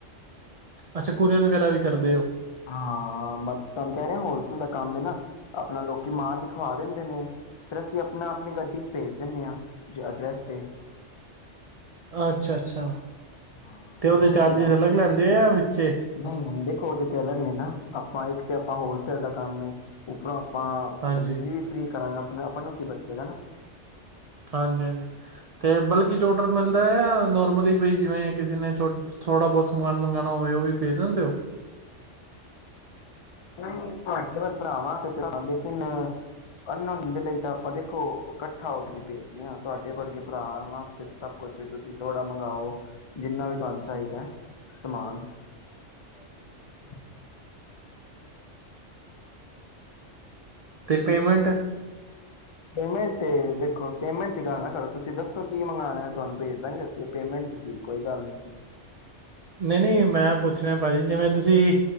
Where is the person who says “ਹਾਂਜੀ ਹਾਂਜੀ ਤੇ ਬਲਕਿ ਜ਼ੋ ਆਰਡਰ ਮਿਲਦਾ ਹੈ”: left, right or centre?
Right